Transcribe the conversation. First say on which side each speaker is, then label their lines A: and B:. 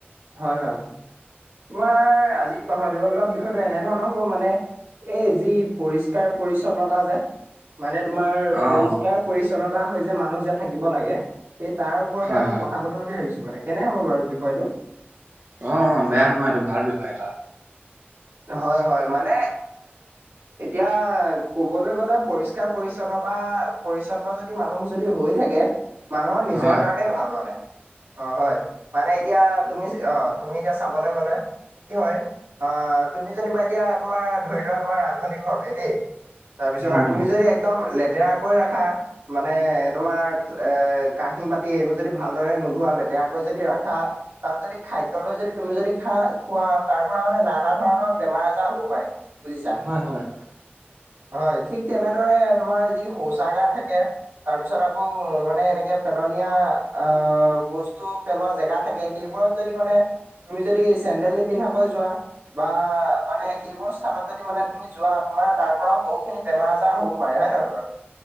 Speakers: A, on the right; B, on the right.
A: হয়-হয়। তোমাৰ আজি কথা পাতিব লোৱা বিষয়টো এনেধৰণৰ হ'ব মানে। এই যি পৰিষ্কাৰ পৰিচ্ছন্নতা যে মানে তোমাৰ
B: অ',
A: পৰিষ্কাৰ
B: অ',
A: পৰি্ছন্নতা হৈ যে মানুহ যে থাকিব লাগে। সেই তাৰ ওৰতে
B: হয়
A: অলপ
B: হয়।
A: কথা প পটো বুলি ভাবিছো মানে কেনে হ'ব বাৰু বিষয়টো?
B: অ, ' অ, ' বেয়া নহয় এইটো ভাল বিষয় এটা।
A: হয়-হয় মানে, এতিয়া কবলে গ'লে পৰিষ্কাৰ পৰিছন্নতা-পৰিছন্নতা, মানুহ যদি হৈ থাকে মানুহৰ নিজৰ
B: হয়,
A: কাৰণেই ভাল মানে, অ, হয়। মানে এতিয়া, তুমি অ' তুমি এতিয়া চাবলে গলে কি হয়। অ' তুমি যেনিবা এতিয়া তোমাৰ ধৰি লোৱা তোমাৰ ৰান্ধনী ঘৰটোৱে দেই। তাৰপিছত
B: হয়
A: তুমি
B: হয়।
A: যদি একদম লেতেৰাকৈ ৰাখা মানে তোমাৰ এ, কাঁহী-বাতি সেইবোৰ যদি ভালদৰে নোধোৱ, লেতেৰাকে যদি ৰাখা। তাত যদি খাদ্য লৈ যদি তুমি যদি খা খোৱা তাৰ পৰা মানে, নানা ধৰণৰ বেমাৰ আজাৰ হ'ব পাৰে বুজিছা।
B: হয়-হয়।
A: হয়, ঠিক তেনেদৰে তোমাৰ যি শৌচাগাৰ থাকে। তাৰ পিছত, আকৌ' মানে এনেকে পেলনীয়া অ, বস্তু পেলোৱা জেগা থাকে। সেইবোৰত যদি, মানে তুমি যদি চেণ্ডেল নিপিন্ধাকে যোৱা বা মানে সেইবোৰ স্থানত। যদি মানে তুমি যোৱা তোমাৰ তাৰ পৰাও বহুখিনি বেমাৰ আজৰ হব পাৰে, হয় নহয় বাৰু।